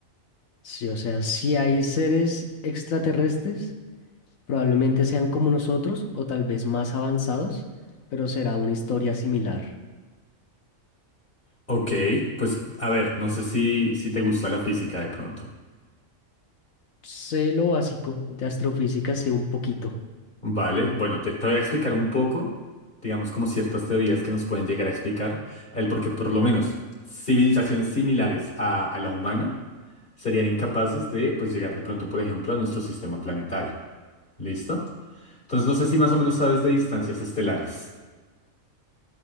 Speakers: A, on the left (about 80°); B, on the left (about 45°).
A: Sí, o sea, si hay seres extraterrestres, probablemente sean como nosotros o tal vez más avanzados, pero será una historia similar.
B: Ok, pues a ver, no sé si, si te gusta la física de pronto.
A: Sé lo básico de astrofísica, sé un poquito.
B: Vale, bueno, te, te voy a explicar un poco, digamos, como ciertas teorías que nos pueden llegar a explicar el por qué, por lo menos, civilizaciones similares a, a la humana serían incapaces de, pues, llegar de pronto, por ejemplo, a nuestro sistema planetario. ¿Listo? Entonces, no sé si más o menos sabes de distancias estelares.